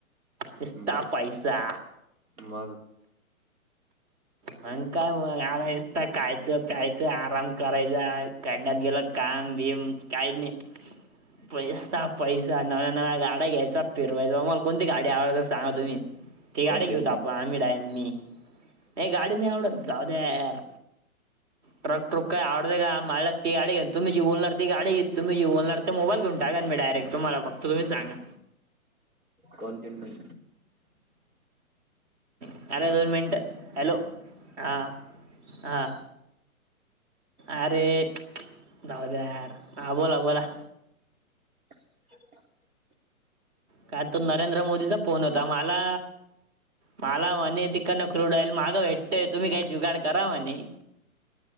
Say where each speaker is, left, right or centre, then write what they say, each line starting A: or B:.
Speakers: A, on the right; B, on the right.
A: नुस्ता
B: मग
A: पैसा
B: मग
A: मग काय मग आता खायचं प्यायचं आराम करायचा खडात गेलं काम बिम काही नाही <inaudible> नुस्ता पैसा पैसा नव्या न्या गाड्या घ्यायचा फिरवायचा मला कोणती गाडी आवडत तर सांगा तुम्ही ते गाडी
B: कोणती
A: घेऊतो
B: नाही
A: आपण आम्ही मी नाही गाडी नाही आवडत जाऊदे यार ट्रक ट्रुक का आवडत का मला ते गाडी घे, तुमी जी बोलणार ती गाडी घेत, तुमी जी बोलणार त मोबाईल घेऊन टाका <unintelligible> मं डायरेक तुम्हाला फक्त तुम्ही सांगा.
B: कोणतीमं नही.
A: अरे दोन मिनट हॅलो हा हां. अरे जाऊ दे यार हा बोला, बोला.
B: <inaudible>
A: काय तो नरेंद्र मोदीचा फोन होता माला. माला म्हणे तिकन क्रूडआईल मागं भेटतय, तुम्ही काही जुगाड करा म्हणे.